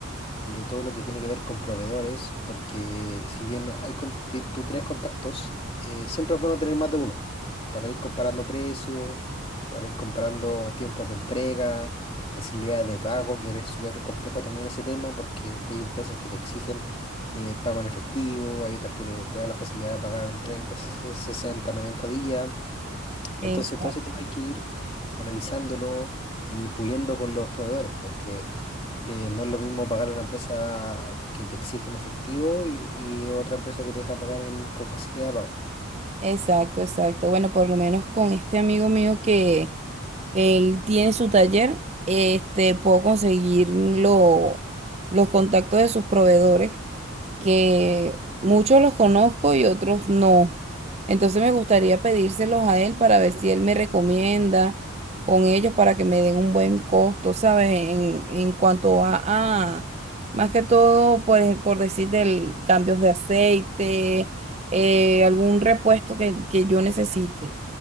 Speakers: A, on the left (about 25°); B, on the right (about 30°).
A: de todo lo que tiene que ver con proveedores, porque si bien hay, con- ti- tú tienes contactos, eh, siempre es bueno tener más de uno para ir comparando precios, para ir comparando tiempos de entrega, facilidades de pago, que es súper complejo también ese tema, porque hay empresas que te exigen eh, pago en efectivo, hay otras que te, te dan la facilidad de pagar en 30, <laughs> 60 90 días. Entonces
B: Exacto.
A: todo ese tema hay que ir analizándolo y puliendo con los proveedores, porque eh, no es lo mismo pagar a una empresa que te exige en efectivo y, y otra empresa que te deja pagar en, con facilidad de pago.
B: Exacto, exacto. Bueno, por lo menos con este amigo mío que él tiene su taller, este, puedo conseguir lo- los contactos de sus proveedores. que muchos los conozco y otros no. Entonces me gustaría pedírselos a él para ver si él me recomienda con ellos para que me den un buen costo, ¿sabes? En, en cuanto a, a, más que todo, por, ej- por decirte, el- cambios de aceite, eh, algún repuesto que, que yo necesite.